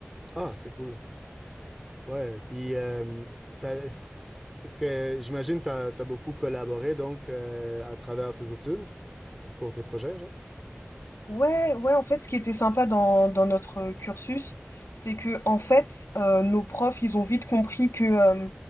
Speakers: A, in the centre; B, on the left.
A: Ah, c'est cool. Ouais, puis euh, c'est- à- c'est- c'est- j'imagine que tu as, beaucoup collaboré donc euh, à travers tes études. Pour tes projets, genre?
B: Ouais, ouais, en fait, ce qui était sympa dans, dans notre euh, cursus, c'est que, en fait, euh, nos profs, ils ont vite compris que euh,